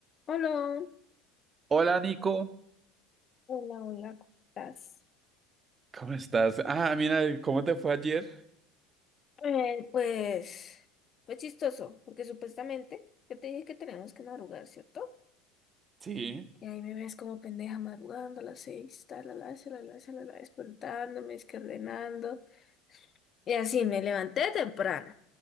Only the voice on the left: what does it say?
Hola,
Hola, hola, ¿cómo estás?
Eh, pues fue chistoso, porque supuestamente yo te dije que tenemos que madrugar, ¿cierto?
Y ahí me ves como pendeja madrugando a las seis, talalá, la talalá, despertándome, es que ordenando. Y así me levanté temprano